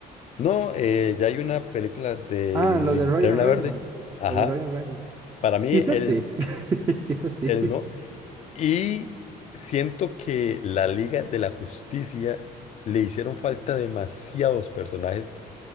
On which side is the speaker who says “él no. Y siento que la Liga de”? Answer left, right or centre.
Left